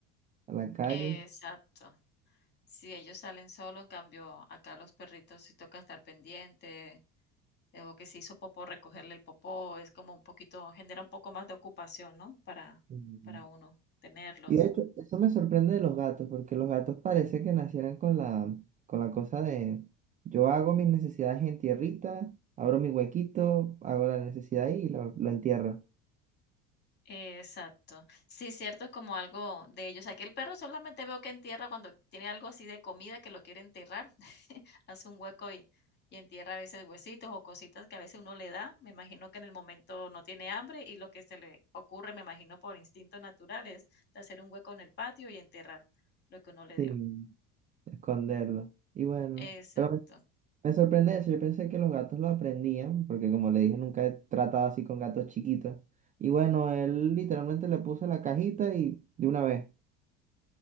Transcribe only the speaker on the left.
exacto. Si ellos salen solo, en cambio, acá los perritos sí toca estar pendiente, eh, o que se hizo popó, recogerle el popó, es como un poquito, genera un poco más de ocupación, ¿no? Para,
para uno tenerlos.
Exacto. Sí, cierto, es como algo de ellos. Aquí el perro solamente veo que entierra cuando tiene algo así de comida que lo quiere enterrar, <laughs> hace un hueco y, y entierra a veces huesitos o cositas que a veces uno le da. Me imagino que en el momento no tiene hambre y lo que se le ocurre, me imagino por instinto natural, es de hacer un hueco en el patio y enterrar lo que uno le
dio.
Exacto.